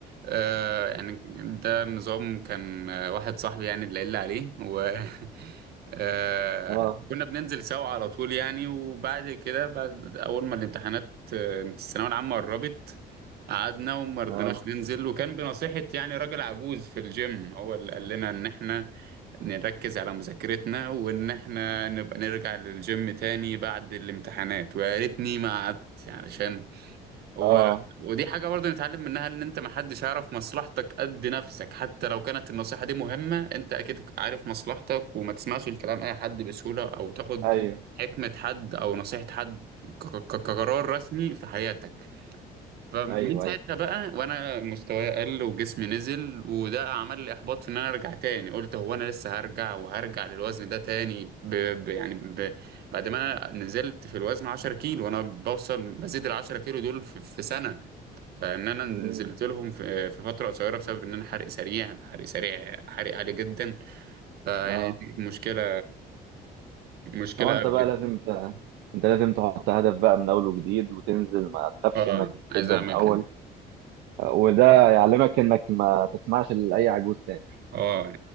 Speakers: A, on the right; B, on the right.
A: آه يعني ده نظام كان آه، واحد صاحبي يعني اللي قال لي عليه و <laughs> آه
B: اه
A: كنا بننزل سوا على طول يعني وبعد كده بعد أول ما الامتحانات آه، الثانوية العامة قربت قعدنا وما رضيناش
B: اه
A: ننزل وكان بنصيحة يعني راجل عجوز في الجيم هو اللي قال لنا إن إحنا نركز على مذاكرتنا وإن إحنا نبقى نرجع للجيم تاني بعد الامتحانات ويا ريتني ما قعدت يعني عشان هو
B: اه
A: ودي حاجة برضه نتعلم منها إن أنت محدش يعرف مصلحتك قد نفسك حتى لو كانت النصيحة دي مهمة أنت أكيد عارف مصلحتك وما تسمعش الكلام أي حد بسهولة أو تاخد
B: ايوه
A: حكمة حد أو نصيحة حد ك- ك- كقرار رسمي في حياتك فمن
B: ايوه
A: ساعتها
B: ايوه
A: بقى وانا مستواي قل وجسمي نزل وده عمل لي احباط في ان انا ارجع تاني قلت هو انا لسه هرجع وهرجع للوزن ده تاني ب... ب... يعني ب... بعد ما انا نزلت في الوزن 10 كيلو وانا بوصل بزيد ال 10 كيلو دول في... في سنة فان انا نزلت
B: مم.
A: لهم في... في فترة قصيرة بسبب ان انا حرق سريع حرق سريع حرق عالي جدا فيعني
B: اه
A: دي مشكلة مشكلة
B: هو انت
A: قبل
B: بقى لازم ت... انت لازم تحط هدف بقى من اول وجديد وتنزل ما تخافش
A: اه
B: انك
A: عايز
B: تبدا
A: اعمل
B: من اول
A: كده
B: آه، وده يعلمك انك ما تسمعش لاي عجوز تاني
A: اه <laughs>